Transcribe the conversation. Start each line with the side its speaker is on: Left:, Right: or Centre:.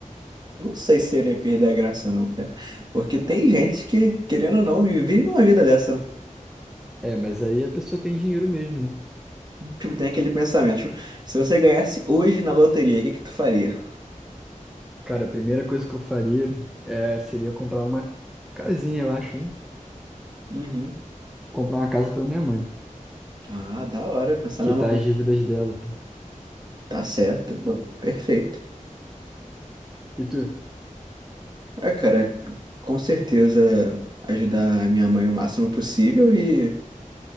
Right: Não sei se seria perder a graça, não, cara. Porque tem gente que, querendo ou não, vi- vive uma vida dessa, né?
Centre: É, mas aí a pessoa tem dinheiro mesmo, né?
Right: Tipo, tem aquele pensamento, tipo, se você ganhasse hoje na loteria, o que que tu faria?
Centre: Cara, a primeira coisa que eu faria é, seria comprar uma casinha, eu acho, né?
Right: Uhum.
Centre: Comprar uma casa pra minha mãe,
Right: Ah, da hora, pensar
Centre: quitar
Right: na mão.
Centre: as dívidas dela.
Right: Tá certo, bom, perfeito.
Centre: E tu?
Right: Ah, cara, com certeza ajudar a minha mãe o máximo possível e,